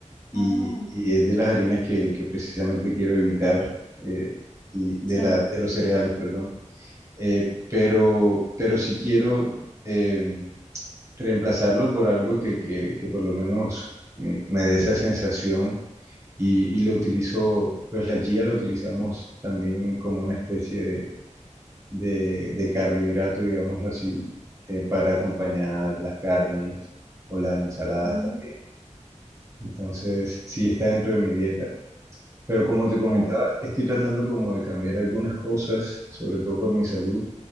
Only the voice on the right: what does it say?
y,
y es de las harinas que, que precisamente quiero evitar eh, y de
la, de los cereales, perdón. Eh, pero, pero si quiero, em, reemplazarlo por algo que, que, que por lo menos mm, me dé esa sensación y, y lo utilizo, pues la chía la utilizamos también como una especie de, de, de carbohidrato, digámoslo así, eh, para acompañar las carnes o las ensaladas
también. Entonces, sí está dentro de mi dieta. Pero como te comentaba,
estoy tratando como de cambiar algunas cosas, sobre todo por mi salud.